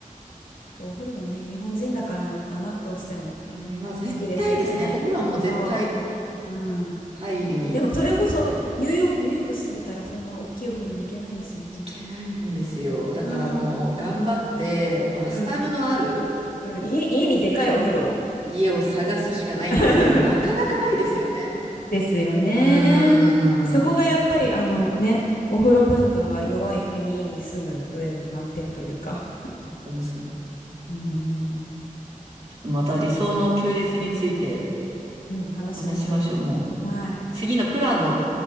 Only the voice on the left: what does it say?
やっぱお風呂はね、日本人だからなのかな、どうしても
好きですよね。
そう。うん。
でもそれこそニューヨーク、ニューヨーク住んでたらそんな大きいお風呂に行けないですよね。
うん。うん。うん、家、家にでかいお風呂。
<laughs>
ですよね。
そこがやっぱりあのね、
お風呂文化が弱い国に住む上での難点というか。
うん。
それは、うん、話しましょ
う。はい。